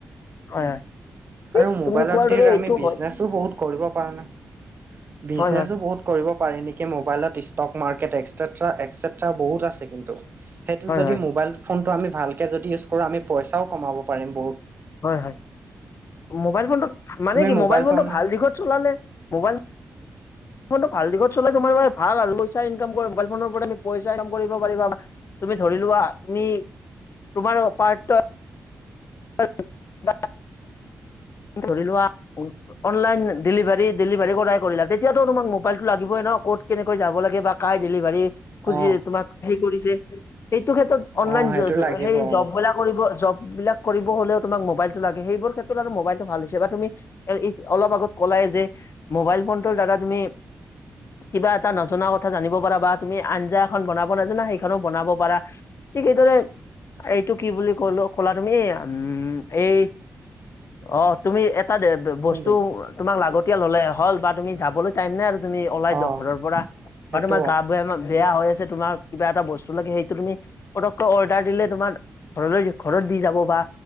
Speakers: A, on the left; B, on the right.
A: হয় হয়। ঠিক
B: আৰু মোবাইলত
A: তুমি কোৱাৰ
B: দি
A: দৰে
B: আমি
A: এইটো
B: বিজনেচো
A: হয়
B: বহুত কৰিব পাৰা নে। বিজনেছো
A: হয় হয়
B: বহুত কৰিব পাৰি নেকি। মোবাইলত ইষ্টক মাৰ্কেট একছেত্ৰা একছেত্ৰা বহুত আছে কিন্তু। সেইটো
A: হয়
B: যদি
A: হয়
B: মোবাইল ফোনটো আমি ভালকে যদি ইউজ কৰোঁ, আমি পইচাও কমাব পাৰিম বহুত।
A: হয় হয়। মোবাইল ফোনটো, মানে
B: তুমি
A: কি, মোবাইল ফোনটো
B: ফোন
A: ভাল দিশত চলালে, মোবাইল ফোনটো ভাল দিশত চললে তোমাৰ ভাল আৰু। পইচা ইনকাম মোবাইল ফোনৰপৰা তুমি পইচা ইনকাম কৰিব পাৰিবা। তুমি ধৰি লোৱা, তুমি তোমাৰ পাৰ <unintelligible> ধৰি লোৱা অনলাইন ডেলিভাৰী-ডেলিভাৰী কৰাই কৰিলা, তেতিয়াতো তোমাক মোবাইলটো লাগিবই ন। ক'ত কেনেকৈ যাব লাগে বা কায় ডেলিভাৰী। খুজি
B: অ
A: তোমাক সেই কৰিছে, সেইতো ক্ষেত্ৰত অনলন
B: অ সেইটো লাগিব অ
A: জবলা কৰিব জব বিলাক কৰিব হ'লেও তোমাক মোবাইলতটো লাগে, সেইবোৰ ক্ষেত্ৰত আৰু মোবাইলটো ভাল হৈছে বা তুমি এ অলপ আগত কলাই যে মোবাইল ফোনটোৰ দ্বাৰা তুমি কিবা এটা নজনা কথা জানিব পাৰা বা তুমি আঞ্জা এখন বনাব নাজানা সেইখনো বনাব পাৰা। ঠিক সেইইদৰে এইটো কি বুলি কলো কলা তুমি উম এই অ তুমি এটা বস্তু
B: কোনটো
A: তোমাক লাগত তেতিয় হ'লে হ'ল বা তুমি যাবলৈ টাইম নাই আৰু তুমি ওলাই
B: অ
A: দক ঘৰৰ পৰা
B: সেইটো
A: বা তোমাৰ গা বেয়া বেয়া হৈ আছে তোমাৰ কিবা এটা বস্তু লাগে, সেইটো তুমি পতকৈ অৰ্ডাৰ দিলে তোমাৰ ঘৰলৈ ঘৰত দি যাব বা